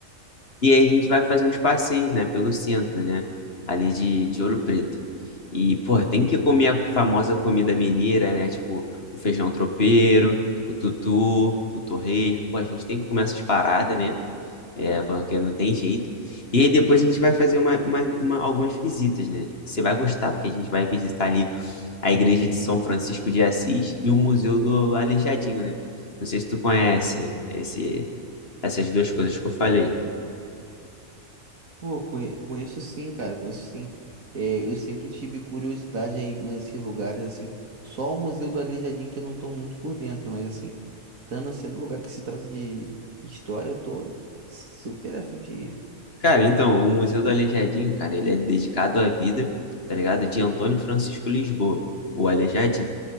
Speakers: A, on the left; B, on the right.
A: E aí a gente vai fazer uns passeios, né, pelo centro, né, ali de, de Ouro Preto. E, porra, tem que comer a famosa comida mineira, né, tipo o feijão tropeiro, o tutu, o torresmo. Pô, a gente tem que comer essas paradas, né, é, porque não tem jeito. E aí depois a gente vai fazer uma, uma, uma- algumas visitas, né. Você vai gostar, porque a gente vai visitar ali a Igreja de São Francisco de Assis e o Museu do Aleijadinho, né. Não sei se tu conhece esse, essas duas coisas que eu falei.
B: Pô, conhe- conheço sim, cara, conheço sim. É, eu sempre tive curiosidade aí nesses lugares, assim. Só o Museu do Aleijadinho que eu não tô muito por dentro, mas assim, estando sendo um lugar que se trata de história, eu tô super afim de ir.
A: Cara, então, o Museu do Aleijadinho, cara, ele é dedicado à vida, tá ligado? De Antônio Francisco Lisboa, o Aleijadinho.